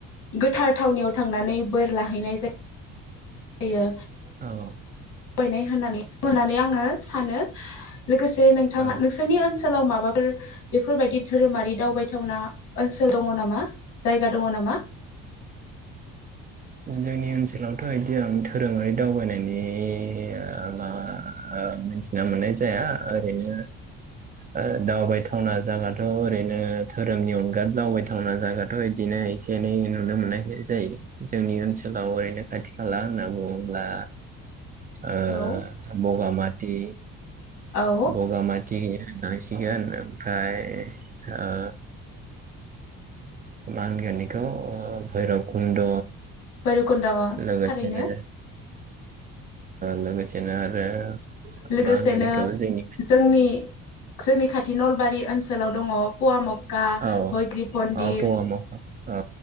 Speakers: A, on the left (about 60°); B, on the right (about 25°).
A: गोथार थावनियाव थांनानै बोर लाहैनाय जा यो
B: औ
A: बायनाय होननानै होनानै आंङो सानो। लोगोसे नोंथाङा
B: औ
A: नोंसोरनि ओनसो लाव माबाफोर बेफोरबायदि धोरोमारि दावबायथावना ओनसोल दङ नामा जायगा दङ नामा?
B: जोंनि ओनसोलावथ इदि आम धोरोमारि दावबायनायनि ओ मा ओ मिथिना मोननाय जाया। ओरैनो ओ दावबायथावना जागाथ ओरैनो धोरोमनि अनगा दावबायथावना जायाथ इदिनो एसे एनै नुनो मोननाय जायो। जोंनि ओनसोलाव ओरैनो खाथि खाला होनना बुङोब्ला ओ
A: औ
B: बगामाति
A: औ
B: बगामाति होननांसिगोन ओमफ्राय ओ मा होनगोन येखौ भैरब कुन्द'
A: भैरबकुन्द आव
B: लोगोसेनो
A: थारैनो।
B: लोगोसेनो आरो।
A: लोगोसेनो
B: मा होनगोन बेखौ जोंनि
A: जोंनि। जोंनि खाथि नलबारि ओनसोलाव दङ पवामुग का
B: औ
A: हयग्रिब मन्दिर
B: औ पवामाव औ